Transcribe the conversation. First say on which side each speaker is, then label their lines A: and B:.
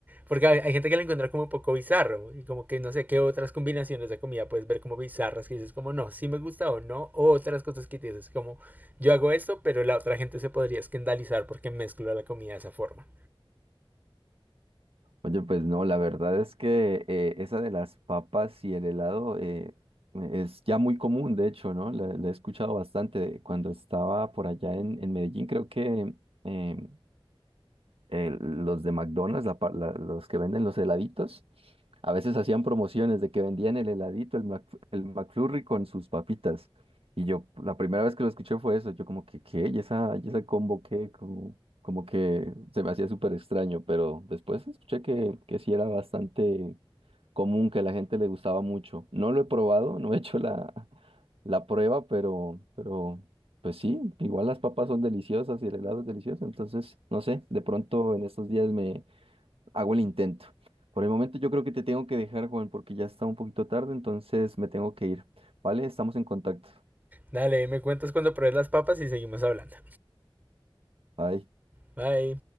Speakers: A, on the right; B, on the right.
A: Porque hay, hay gente que la encuentra como un poco bizarro y como que no sé qué otras combinaciones de comida puedes ver como bizarras que dices como no, si sí me gusta o no, o otras cosas que dices como yo hago esto, pero la otra gente se podría escandalizar porque mezclo la comida de esa forma.
B: Oye, pues no, la verdad es que eh, esa de las papas y el helado eh, es ya muy común, de hecho, ¿no? La, la he escuchado bastante cuando estaba por allá en, en Medellín, creo que em, eh, los de McDonald's, la pa- la- los que venden los heladitos, a veces hacían promociones de que vendían el heladito, el, Mc- el McFlurry con sus papitas. Y yo, la primera vez que lo escuché fue eso, yo como que, ¿qué? ¿Y esa, y esa combo qué? Como, como que se me hacía súper extraño, pero después escuché que, que sí era bastante común, que a la gente le gustaba mucho. No lo he probado, no he hecho la, la prueba, pero, pero pues sí, igual las papas son deliciosas y el helado es delicioso, entonces, no sé, de pronto en estos días me hago el intento. Por el momento yo creo que te tengo que dejar, Juan, porque ya está un poquito tarde, entonces me tengo que ir. ¿Vale? Estamos en contacto.
A: Dale, me cuentas cuando pruebes las papas y seguimos hablando.
B: Bye.
A: Bye.